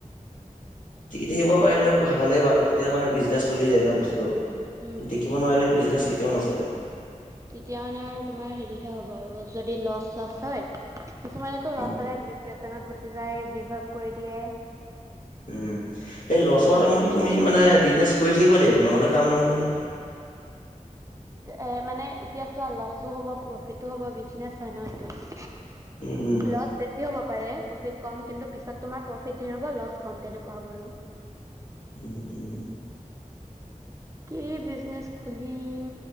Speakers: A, on the left; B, on the right.
A: টিকি থাকিব পাৰিলে ভালে বাৰু তেতিয়া মানে বিজনেছ চলি যায় ন বস্তুতটো।
B: উম
A: টিকিব নোৱাৰিলে বিজনেছ কেতিয়াও নচ- লে
B: তেতিয়া মানে আৰু তোমাৰ হেৰিহে হ'ব আৰু যদি লচ চচ হয়, কিছুমানেটো ল'ৰা
A: উম
B: ছোৱালীয়ে ডিপ্ৰে চনত গুচি যায় গিভ আপ কৰি দিয়ে।
A: উম সেই লছৰ টাইমতো তুমি মানে বিজনেচ কৰি থাকিব লাগিব। নহ'লে কাম নহ'ব নহয়
B: এ মানে, এতিয়া চোৱা। লছো হ'ব, প্ৰফিটো হ'ব, বিজনেছ হয় ন এইটো।
A: উম উম।
B: লছ বেছি হ'ব। এ প্ৰফিট কম কিন্তু পিছত তোমাৰ প্ৰফিট ধেৰ হব, লছ কম। তেনেকুৱা হব আৰু
A: উম, উম।
B: কি বিজনেচ খুলিম,